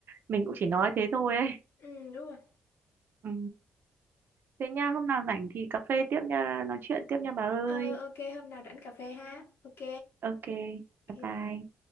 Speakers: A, on the right (about 55°); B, on the left (about 70°).
A: mình cũng chỉ nói thế thôi ấy
B: ừ đúng rồi
A: ừ. thế nha hôm nào rảnh thì cà phê tiếp nha nói chuyện tiếp nha bà ơi
B: ờ ok hôm nào rảnh cà phê ha ok
A: ok
B: ok
A: bye bye
B: bye